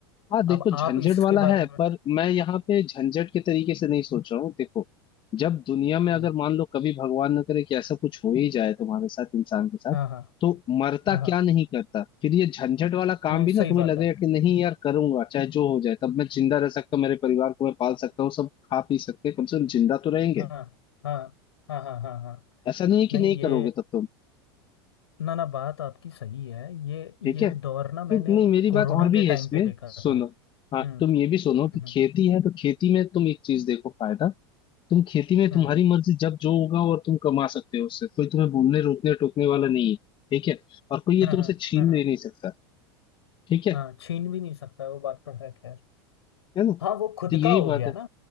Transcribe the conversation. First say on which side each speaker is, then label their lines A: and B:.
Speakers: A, on the left; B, on the left.
A: हाँ देखो
B: अब
A: झंझट
B: आप इसके
A: वाला
B: बारे
A: है
B: में
A: पर मैं यहाँ पे झंझट के तरीके से नहीं सोच रहा हूँ देखो जब दुनिया में
B: हम्म,
A: अगर मान लो कभी भगवान न करे कि ऐसा कुछ हो ही जाए तुम्हारे साथ इंसान के साथ
B: हाँ हाँ
A: तो मरता
B: हाँ हाँ
A: क्या नहीं करता फिर ये झंझट वाला काम
B: नहीं
A: भी ना
B: सही
A: तुम्हें
B: बात
A: लगेगा
B: है
A: कि नहीं यार करूंगा चाहे जो हो जाए तब मैं जिंदा रह सकता हूँ मेरे परिवार को मैं पाल सकता हूँ सब खा पी सकते हैं कम से कम जिंदा तो रहेंगे
B: हाँ हाँ हाँ हाँ हाँ हाँ
A: ऐसा नहीं है
B: नहीं
A: कि नहीं
B: ये
A: करोगे तब तुम
B: ना ना बात आपकी सही है ये
A: ठीक
B: ये
A: है
B: दौर ना मैंने
A: फिर नहीं मेरी
B: कोरोना
A: बात और भी
B: के
A: है
B: टाइम
A: इसमें
B: पे देखा
A: सुनो
B: था
A: हाँ
B: हम्म
A: तुम ये भी सुनो
B: हम्म
A: कि खेती है तो खेती में तुम एक चीज देखो फायदा तुम खेती में
B: हम्म
A: तुम्हारी मर्जी जब जो होगा और तुम कमा सकते हो उससे कोई तुम्हें बोलने रोकने टोकने वाला नहीं है ठीक है और कोई ये
B: हाँ
A: तुमसे
B: हाँ
A: छीन
B: हाँ हाँ
A: ले नहीं सकता ठीक है
B: हाँ, छीन भी नहीं सकता वो बात तो है खैर
A: है ना तो
B: हाँ वो खुद
A: यही
B: का हो
A: बात
B: गया
A: है
B: ना